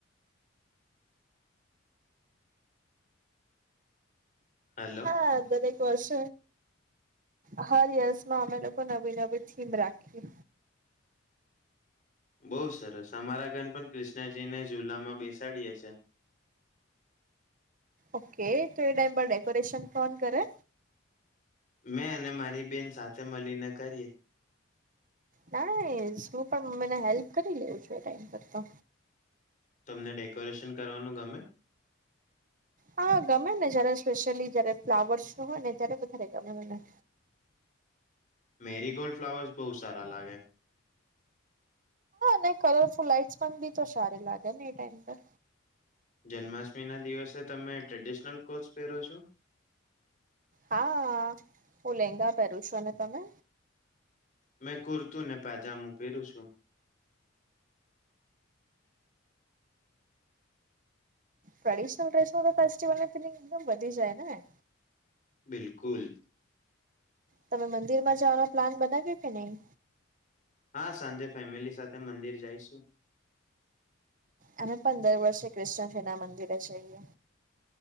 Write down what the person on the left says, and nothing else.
હાલલો.
બઉુ સરસ અમારા ઘન પણ કૃષ્ણજી ને ઝુલામાં બેસાડીએે છે.
મેં અને મારી બેન સાથે મળીને કરીએ.
તમને ડેકોરેશન કરવાનું ગમે.?
મેરી ગોલ્ડ ફ્લાવર્સ બહુ સારા લાગે
જન્માષ્ટમી ના દિવસે તમે ટ્રેડિશનલ કોટ પહેરો છો
મેં કુર્તું ને પજામું પહેરું છું
બિલકુલ!
હા સાંજે ફેમિલી સાથે મંદિર જઈશું